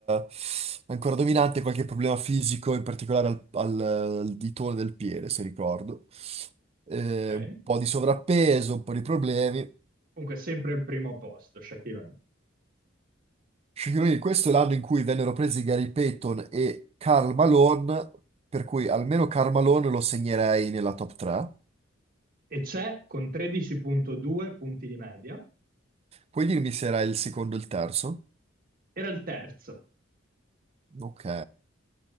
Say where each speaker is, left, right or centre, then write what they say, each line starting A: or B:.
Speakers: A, on the right; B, on the right.
A: eh, ancora dominante, qualche problema fisico, in particolare al, al- al ditone del piede, se ricordo. Eh,
B: Ok?
A: un po' di sovrappeso, un po' di problemi.
B: Comunque sempre al primo posto, Shaquille O'Neal.
A: Shaquille O'Neal, questo è l'anno in cui vennero presi Gary Payton e Karl Malone, per cui almeno Karl Malone lo segnerei nella top 3.
B: E c'è con 13,2 punti di media.
A: Puoi dirmi se era il secondo o il terzo?
B: Era il terzo,
A: Ok.